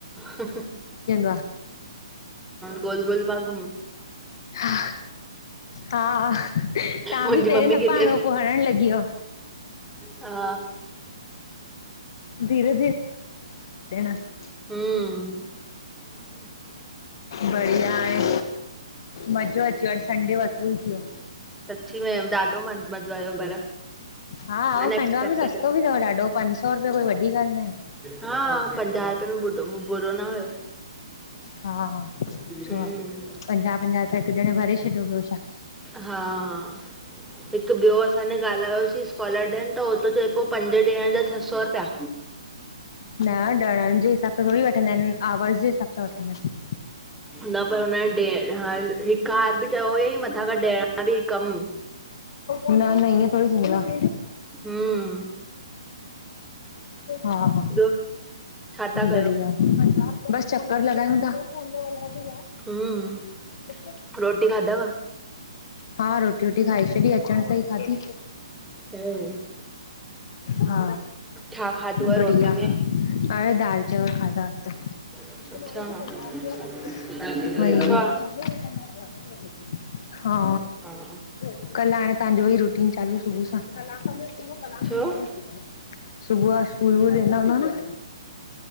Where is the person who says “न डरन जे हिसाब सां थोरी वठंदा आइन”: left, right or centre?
Left